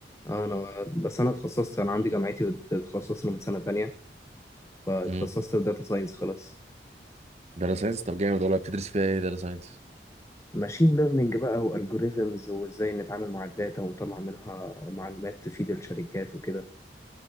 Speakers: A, on the left; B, on the right.
A: اه انا بس انا اتخصصت انا عندي جامعتي بت- بتخصصنا من سنه تانية فاتخصصت
B: امم
A: في داتا ساينس خلاص
B: داتا ساينس طب جامد والله بتدرس فيها ايه داتا ساينس
A: ماشين ليرنينج بقى والجوريزمز وازاي نتعامل مع الداتا ونطلع منها معلومات تفيد الشركات وكده